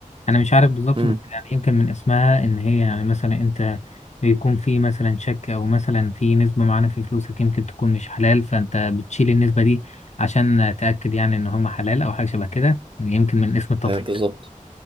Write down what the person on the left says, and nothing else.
انا مش عارف بالظبط
بس يعني يمكن من اسمها ان هي يعني مثلا انت بيكون في مثلا شك او مثلا في نسبة معينة في فلوسك يمكن تكون مش حلال فانت بتشيل النسبة دي عشان تأكد يعني ان هم حلال او حاجة شبه كده يمكن من اسم التطهير